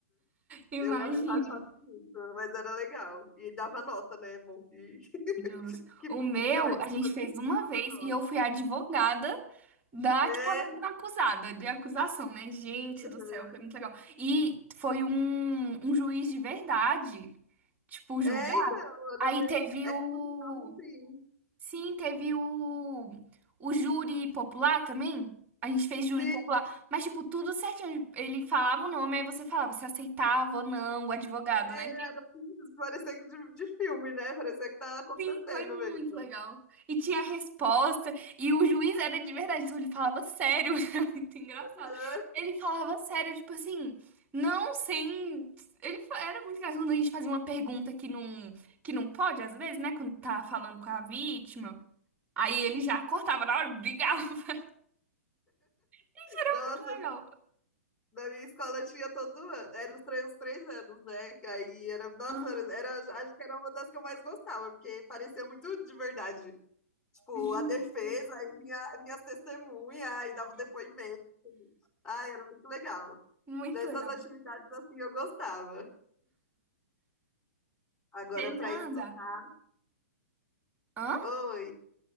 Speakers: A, on the right; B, on the left.
A: Imagina.
B: eu rachava muito, mas era legal, e dava nota, né, é bom, que, <laughs>
A: Justo.
B: que
A: O meu,
B: participa
A: a gente fez
B: de
A: uma
B: uma
A: vez
B: nota,
A: e eu fui a advogada da
B: é,
A: que estava sendo acusada, de acusação, né? Gente do
B: aham.
A: céu, foi muito legal. E foi um, um juiz de verdade, tipo, julgar.
B: é, então,
A: Aí teve
B: era,
A: o.
B: é, dava assim,
A: Sim, teve o. O júri popular também. A gente fez júri
B: sim,
A: popular, mas, tipo, tudo certinho. Ele falava o nome, aí você falava se aceitava ou não, o advogado,
B: é,
A: né?
B: era assim, parecia que de, de filme, né, parecia que tá acontecendo
A: Sim, foi muito
B: mesmo,
A: legal. E tinha resposta, e o juiz era de verdade, então ele falava sério, <laughs> era muito engraçado.
B: É,
A: Ele falava sério, tipo assim, não sem. Ele fa- era muito engraçado quando a gente fazia uma pergunta que não, que não pode, às vezes, né? Quando tá falando com a vítima. Aí ele já cortava na hora, brigava. <laughs> Gente, era
B: Nossa,
A: muito legal.
B: na minha escola tinha todo ano. Era os três, os três anos, né? Que Aí era, nossa,
A: Aham,
B: era, acho que era uma das que eu mais gostava, porque parecia muito de verdade. Tipo,
A: justo.
B: a defesa, aí vinha, vinha as testemunhas, aí dava o depoimento. Ai, era muito legal.
A: Muito
B: Dessas
A: legal.
B: atividades assim eu gostava. Agora
A: Fernanda,
B: para estudar.
A: hã?
B: Oi,